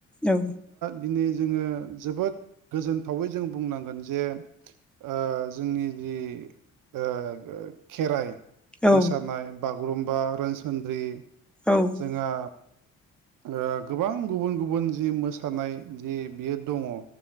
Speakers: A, in the centre; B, on the right (about 50°).
A: औ।
B: दिनै जोङो जोबोद गोजोनथावै जों बुंनांगोन जे ओ जोंनि जि ओ खेराइ
A: औ
B: मोसानाय बागुरुम्बा रोनसोनद्रि
A: औ
B: जोंहा ओ गोबां गुबुन गुबुन जि मोसानाय जि बियो दंङ